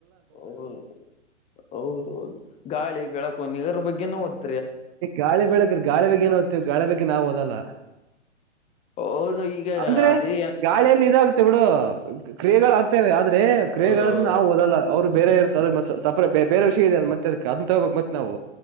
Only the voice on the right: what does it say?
ಗಾಳಿ ಬೆಳಕ್ರ ಗಾಳಿ ಬೇಗ್ ಏನು ಓ್ತೀವಿ ಗಾಳಿ ಬಗ್ ನಾವ್ ಓದಲ್ಲ
ಅಂದ್ರೆ
ಗಾಳಿಯಲ್ಲಿ ಇದಾಗ ಬಿಡು ಕ್ರಿಯೆಗಳುಾಗಗ್ತವೆ ಆದ್ರೆ ಕ್ರಿಯೆನ್ನ
ನಾವು ಓದಲ್ಲ ಅವ್ರು ಬೇರೆ ಇರ್ತದೆ ಅದು ಸ ಬೇರೆ ವಿಷಯ ಇದೆ ಅ ಮತ್ತೆರ್ ಅಂತ ಹಗಬೇಕ ಮತ್ತೆ ನಾವು